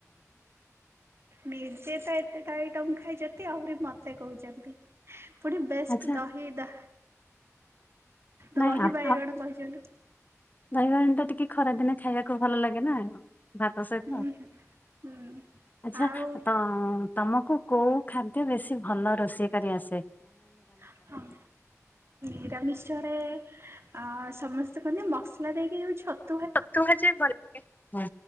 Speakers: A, on the right; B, on the left.
A: ନିଜେ ତ ଏତେ ଆଇଟମ ଖାଇଛ ଯେତେ ଆହୁରି ମତେ କହୁଛନ୍ତି। ପୁଣି ବେଷ୍ଟ
B: ଆଚ୍ଛା
A: ଦହି ଦା ଦହି
B: ନାଇଁ ଆଉ
A: ବାଇଗଣ କହିଛନ୍ତି।
B: ଦହି ବାଇଗଣ ଟା ଟିକେ ଖରା ଦିନେ ଖାଇବାକୁ ଭଲ ଲାଗେ ନା? ଭାତ ସହିତ
A: ହୁଁ ହୁଁ
B: ଆଚ୍ଛା
A: ଆଉ
B: ତମ ତମକୁ କୋଉ ଖାଦ୍ୟ ବେଶୀଭଲ ରୋଷେଇ କରିଆସେ?
A: ହଁ ହଁ ନିରାମିଷରେ ଆ ଆ ସମସ୍ତେ କହନ୍ତି ମସଲା ଦେଇକି ଯୋଉ ଛ
B: ଛତୁ ଭାଜେ ଭଲ